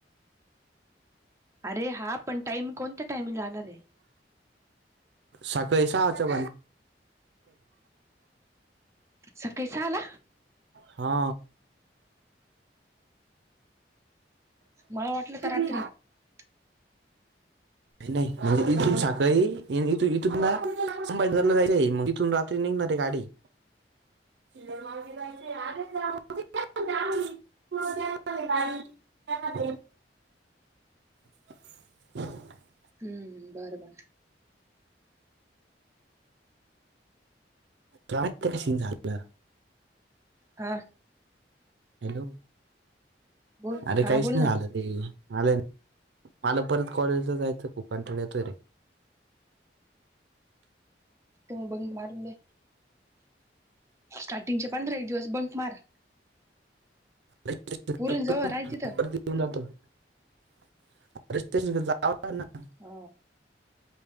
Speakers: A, on the right; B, on the right.
A: अरे हा पण टाईम कोणत्या टाईमंग लाणार आहे
B: सकाळी स आच्या बंद
A: सकाळी सहाला
B: हा
A: मला वाटलं का
B: नाही
A: रात्री <unintelligible>
B: नाही म्हणजे इथून साखळी इथूनला जायचं आहेग इथून रात्री निघणार हे गाडी
A: <inaudible>
B: मा. <inaudible> <inaudible> <unintelligible> <inaudible>
A: हम्म बरं, बरं.
B: काय कशी झालं.
A: हा.
B: हॅलो
A: बोल
B: अरे
A: हा
B: काहीच
A: बोल
B: नाही
A: ना
B: झालं ते. झाले मला परत कॉलेजला जायचं खूप कंटाळा येतोय रे!
A: बघ मारुंदे स्टार्टिंगचे पंधरा एक दिवस बंक मार.
B: ो
A: पुरीन जवळ आहे तिथं
B: प्रतीऊन जातो <inaudible> स्टेशन जा <inaudible>
A: हो.